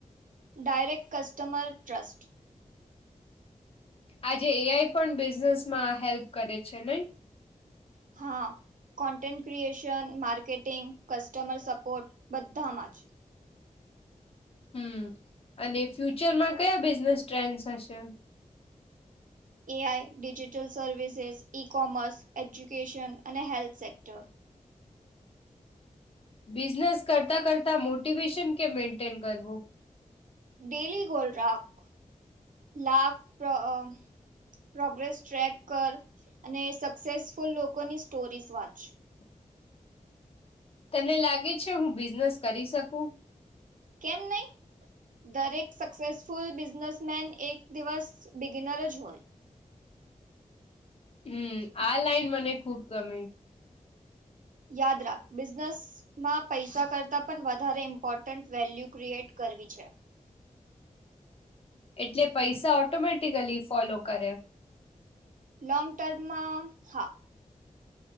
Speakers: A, on the right; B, on the left.
A: Direct customer trust.
B: આજે એઆઈ પણ બિઝનેસમાં હેલ્પ કરે છે નઈ.
A: હા. Content creation, marketing, customer support બધામાં જ.
B: હમ્મ, અને ફ્યુચરમાં કયા બિઝનેસ ટ્રેન્ડસ હશે?
A: AI, digital services, e-commerce, education અને હેલ્થ સેક્ટર.
B: બિઝનેસ કરતા કરતા મોટિવેશન કેમ મેન્ટેન કરવું?
A: ડેલી ગોલ રાખ, લાખ પ્ર અ પ્રોગ્રેસ ટ્રેક કર અને સક્સેસફુલ લોકોની સ્ટોરીઝ વાંચ.
B: <inaudible> તને લાગે છે હું બિઝનેસ કરી શકું?
A: કેમ નઈ? દરેક સક્સેસફુલ બિઝનેસમેન એક દિવસ બિગિનર જ હોય.
B: હમ્મ, આ લાઈન મને ખુબ ગમી.
A: યાદ રાખ, બિઝનેસ માં પૈસા કરતાં પણ વધારે ઈમ્પોર્ટન્ટ વેલ્યુ ક્રિએટ કરવી છે.
B: એટલે પૈસા ઓટોમેટિકલી ફોલો કરે.
A: લોંગ ટર્મમાં હા